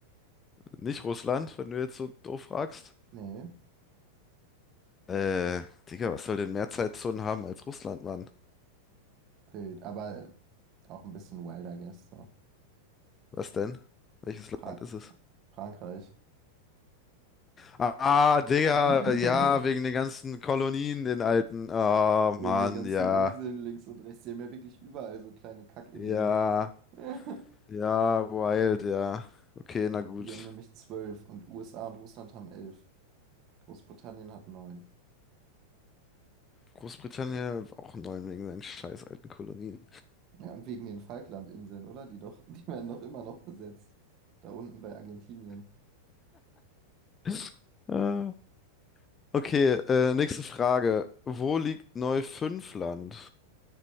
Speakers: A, on the left (about 20°); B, on the right (about 35°).
A: Nicht Russland, wenn du jetzt so doof fragst.
B: Nee,
A: Äh, Digga, was soll denn mehr Zeitzonen haben als Russland, Mann?
B: wild. Aber auch ein bisschen wilder, guess. So.
A: Was denn? Welches
B: Fra
A: Land ist es?
B: Frankreich.
A: Ah, Digga,
B: <laughs>
A: ja, wegen den ganzen Kolonien, den alten. Oh,
B: Wegen
A: Mann,
B: den ganzen
A: ja.
B: Inseln links und rechts. Die haben ja wirklich überall so kleine Kackinseln.
A: Ja,
B: Ja.
A: ja, wild, ja. Okay, na gut.
B: Die haben nämlich zwölf und USA und Russland haben elf. Großbritannien hat neun.
A: Großbritannien auch neun wegen seinen scheiß alten Kolonien.
B: Ja, und wegen den Falklandinseln, oder? Die doch, die werden doch immer noch besetzt. Da unten bei Argentinien.
A: <laughs> Ah. Okay, äh, nächste Frage. Wo liegt Neufundland?